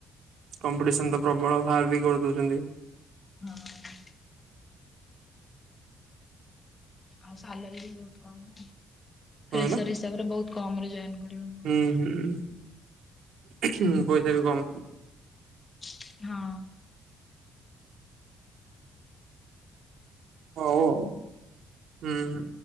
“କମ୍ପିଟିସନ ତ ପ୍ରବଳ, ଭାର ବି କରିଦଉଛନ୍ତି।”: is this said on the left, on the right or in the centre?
Right